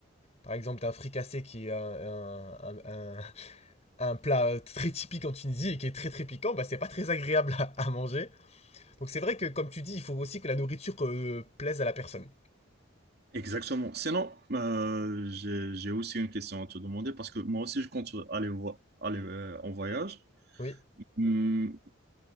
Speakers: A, on the left (about 30°); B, on the right (about 50°).
A: par exemple, d'un fricassé qui est un, un- un- un- un plat très typique en Tunisie et qui est très très piquant, bah, c'est pas très agréable à, à manger. Donc c'est vrai que, comme tu dis, il faut aussi que la nourriture euh, plaise à la personne.
B: exactement. Sinon, euh, j'ai, j'ai aussi une question à te demander parce que moi aussi, je compte aller, vo- aller euh, en voyage.
A: Oui.
B: Hum,